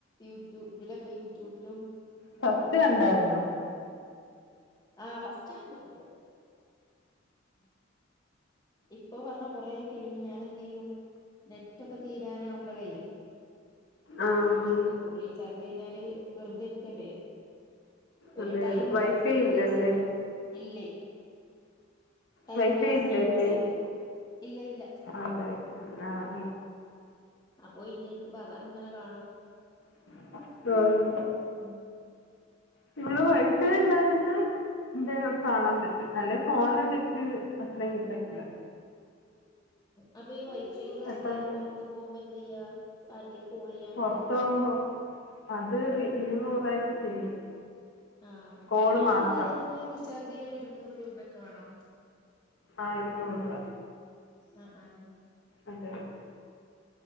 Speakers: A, on the left (about 20°); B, on the left (about 65°).
A: യൂട്യൂബ് ഇതിലൊക്കെ യൂട്യൂബിലും
B: ഫസ്റ്റ് കണ്ടാരുന്നോ
A: ആഹ് ഫസറ്റ് ഫസ്റ്റ് കണ്ടിട്ട് ഉണ്ട്‌- ഇപ്പൊ പറഞ്ഞ കൊറെ ഫീലിമ് ഞാൻ എന്ത് ചെയ്യും നെറ്റൊക്കെ തീരാനാവുമ്പളേ ഡൗൺലോഡ്
B: ആ ആ.
A: ചെയ്ത് വെക്കും റീചാർജ് കഴഞ്ഞാല് വെറുതെരിക്കല്ലേ ഒരു
B: അതെ
A: ടൈം
B: അതെ വൈഫൈ
A: പാസിന്
B: ഇല്ലല്ലേ
A: അത് ചെയ്തക്കും ഇല്ലേ ടൈം
B: വൈഫൈ
A: പാസിന്
B: ഇല്ലല്ലേ
A: അത് ചെയ്തു വെക്കും ഇല്ല ഇല്ല
B: അതെ ആഹ്
A: അപ്പൊ ഇഞ്ഞിരിക്കുമ്പോ അതങ്ങനെ കാണും
B: ആഹ്
A: ഉം
B: നിങ്ങള് വൈഫൈ ഉണ്ടായോണ്ട് എന്തെലുക്കെ കാണാൻ പറ്റും അല്ലെ ഫോണിലെ നെറ്റ് - നെറ്റ് അത്രേം കിട്ടത്തില്ല-
A: അപ്പൊ ഈ വൈഫൈ ഇതാക്കിയാല്
B: പെട്ടെന്ന്
A: പൊറത്ത് പോകുമ്പോ എന്ത് ചെയ്യാ ആർക്കേലും കോൾ ചെയ്യാനൊക്കെ
B: പൊറത്തോവുമ്പം അത് റീ ഇരുന്നൂറപക്ക് ചെയ്യും-
A: ആഹ്
B: കോള്
A: നെറ്റ്
B: മാത്രം
A: ഇല്ലാതന്നെ റീചാർജ് ചെയ്യാ ഇരുന്നൂറ് രൂപയൊക്കെ വേണോ
B: ആഹ് ഇരുന്നൂറ് രൂപ
A: ആഹ് ആഹ് -
B: അതെ അതെ